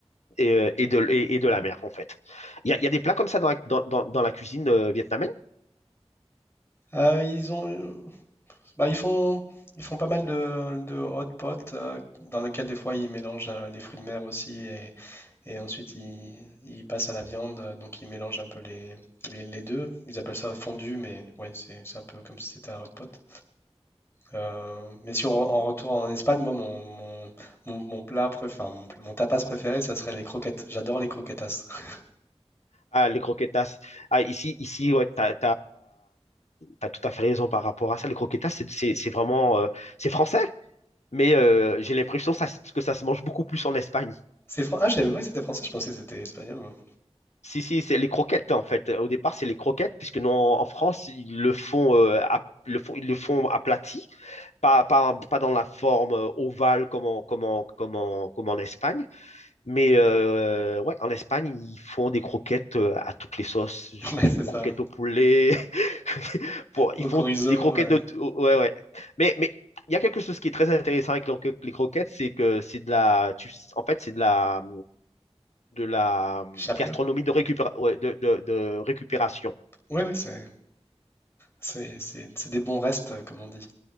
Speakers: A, on the left; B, on the left.
A: et, euh, et de, et, et de la mer, en fait. Il y a, il y a des plats comme ça dans la, dans, dans- dans la cuisine euh, vietnamienne?
B: Euh, ils ont, bah, ils font, ils font pas mal de, de hot pot euh, dans lesquels des fois ils mélangent euh, les fruits de mer aussi Et ensuite, ils il passent à la viande, donc ils mélangent un peu les, les, les deux. Ils appellent ça fondu, mais ouais, c'est c'est un peu comme si c'était un hot pot. Euh, mais si on re- en retourne en Espagne, moi, mon, mon, mon, mon plat préféré, enfin, mon, pl- mon tapas préféré, ça serait les croquettes. J'adore les croquetas. <laughs>
A: Ah, les croquetas. Ah, ici, ici ouais, tu as, tout à fait raison par rapport à ça. Les croquetas, c'est c'est- c'est vraiment... euh, c'est français, mais euh, j'ai l'impression ça, se- que ça se mange beaucoup plus en Espagne.
B: C'est fran- Ah, je savais même pas que c'était français, je pensais que c'était espagnol. moi.
A: Si, si, c'est les croquettes, en fait. Au départ, c'est les croquettes, puisque non, en France, ils le font, euh, à- le font, ils le font aplati. pas, pas, pas dans la forme euh, ovale comme en, comme en- comme en- comme en Espagne, mais euh, ouais, en Espagne, ils font des croquettes euh, à toutes les sauces, du,
B: <laughs> Ouais,
A: du
B: c'est ça.
A: croquette au poulet, <laughs> pour-
B: Au
A: ils font
B: chorizo,
A: des croquettes
B: euh,
A: de... t- Ouais, ouais. Mais, mais il y a quelque chose qui est très intéressant avec leur- les croquettes, c'est que c'est de la... tu- en fait, c'est de la... de la hum,
B: chapelure.
A: gastronomie de, récupéra- ouais, de, de- de récupération.
B: Oui, oui, c'est c'est- c'est- c'est des bons restes, comme on dit.